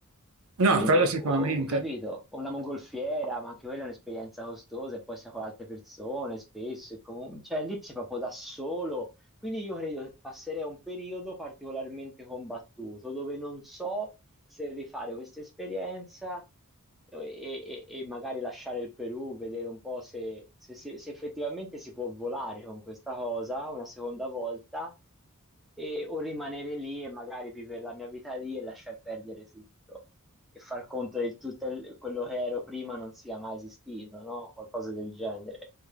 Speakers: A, on the right (about 65°); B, in the centre.
A: No,
B: Quindi
A: quello sicuramente.
B: ho ho capito, ho una mongolfiera, ma anche quella è un'esperienza costosa e poi sei con altre persone spesso, e comu- cioè lì sei proprio da solo. Quindi io credo che passerei un periodo particolarmente combattuto dove non so se rifare questa esperienza e, e- e magari lasciare il Perù, vedere un po' se, se si- se effettivamente si può volare con questa cosa una seconda volta e- o rimanere lì e magari vivere la mia vita lì e lasciar perdere tutto e far conto che tutto il- quello che ero prima non sia mai esistito, no? Qualcosa del genere.